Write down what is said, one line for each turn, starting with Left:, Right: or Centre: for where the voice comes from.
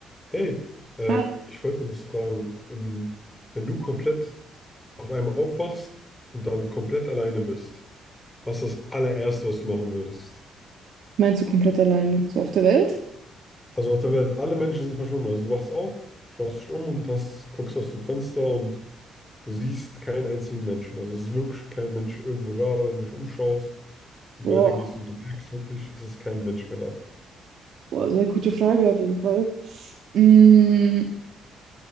Left: Hey, äh,
Right: Ah.
Left: ich wollte dich fragen, ähm, wenn du komplett auf einmal aufwachst und dann komplett alleine bist, was ist das allererste, was du machen würdest?
Right: Meinst du komplett alleine? So auf der Welt?
Left: Also auf der Welt, alle Menschen sind verschwunden. Also du wachst auf, schaust dich um und hast, guckst aus dem Fenster und du siehst keinen einzigen Menschen. Also es ist wirklich kein Mensch irgendwo da, wenn du dich umschaust. und
Right: Boah,
Left: weitergehst und du merkst wirklich, es ist kein Mensch mehr da.
Right: boah, sehr gute Frage auf jeden Fall. Mm,